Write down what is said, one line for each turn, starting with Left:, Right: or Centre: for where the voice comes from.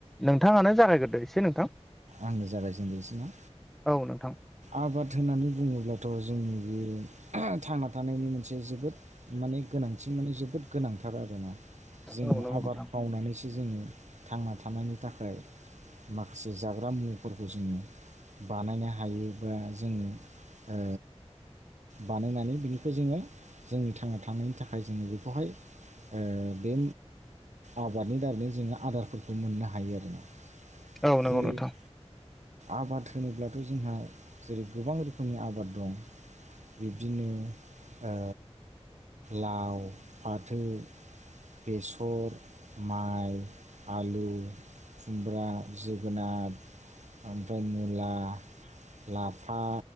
Centre: नोंथाङानो जागायग्रोदो एसे नोंथां
Right: आंनो जागायजेनोसै ना
Centre: औ नोंथां
Right: आबाद होननानै बुङोब्लाथ' जोंनि बे <unintelligible> थांना थानायनि मोनसे जोबोद माने गोनांथि माने जोबोद गोनांथार आरोना जो
Centre: औ नंगौ
Right: आबाद
Centre: नोंथां
Right: मावनानै जोङो थांना थानायनि थाखाय माखासे जाग्रा मुवाफोरखौ जोङो बानायनो हायो बा जोङो ओ बानायनानै बिनिफ्राय जोङो जोंनि थांना थानायनि थाखाय जोङो बेखौहाय ओ बे आबादनि दारै जोङो आदारफोरखौ मोननो हायो आरोना
Centre: औ नंगौ
Right: जेरै
Centre: नोंथां
Right: आबाद होनोब्लाथ' जोंहा जेरै गोबां रोखोमनि आबाद दं बिब्दिनो ओ लाव, फाथो बेसर, माइ, आलु खुमब्रा, जोगोनार, ओमफ्राय मुला लाफा,